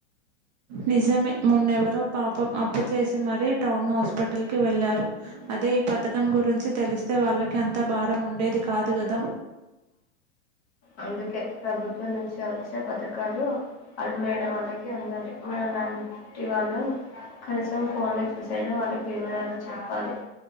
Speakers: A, on the right; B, on the left.
A: నిజమే మున్నెవరో పాపం అప్పు చేసి మరీ టౌన్ హాస్పిటల్కి వెళ్ళారు అదే ఈ పథకం గురించి తెలిస్తే వాళ్ళకి అంత భారం ఉండేది కాదు కదా
B: అందుకే ప్రభుత్వం నుంచి వచ్చే పథకాలు బ్రాబుత్వమ్ అర్హలైన వాళ్ళకి అందాలి మన లాంటి వాళ్ళం కనీసం ఫోన్లో చూసైనా వాళ్ళకి వివరాలు చెప్పాలి